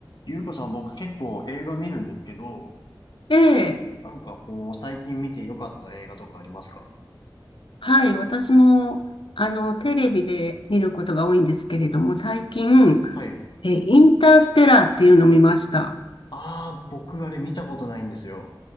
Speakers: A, on the left; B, on the left.
A: ゆうこさん、僕結構映画見るんですけど、
B: ええ、
A: なんかこう、最近見て良かった映画とかありますか
B: はい、私も、あの、テレビで見ることが多いんですけれども、最近、
A: はい。
B: え、インターステラーっていうのを見ました。
A: ああ、僕あれ見たことないんですよ。